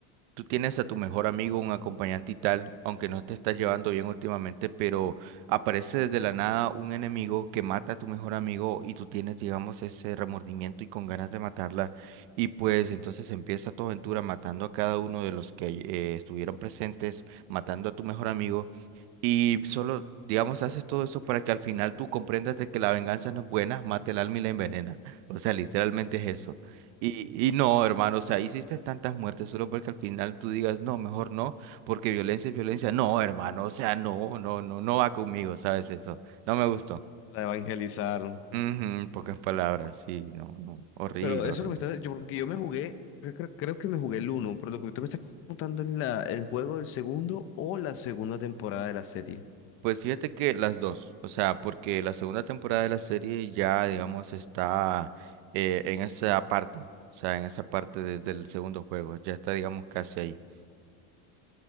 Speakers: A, on the right; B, on the left.
A: Tú tienes a tu mejor amigo, un acompañante y tal, aunque no te estás llevando bien últimamente, pero aparece desde la nada un enemigo que mata a tu mejor amigo y tú tienes, digamos, ese remordimiento y con ganas de matarla. Y pues entonces empieza tu aventura matando a cada uno de los que eh, estuvieron presentes, matando a tu mejor amigo. Y solo, digamos, haces todo eso para que al final tú comprendas de que la venganza no es buena, mata el alma y la envenena. <laughs> O sea, literalmente es eso. Y, y no, hermano, o sea, hiciste tantas muertes solo porque al final tú digas, no, mejor no, porque violencia es violencia. No, hermano, o sea, no, no, no, no va conmigo, ¿sabes eso? No me gustó.
B: La evangelizaron.
A: Ujú, en pocas palabras, sí, no, no, horrible,
B: Pero eso
A: horrible.
B: que me estás... Yo, porque yo me jugué, creo, creo- creo que me jugué el uno, pero lo que tú me estás contando es la, el juego del segundo o la segunda temporada de la serie.
A: Pues fíjate que las dos, o sea, porque la segunda temporada de la serie ya, digamos, está eh, en esa parte, o sea, en esa parte de- del segundo juego, ya está, digamos, casi ahí.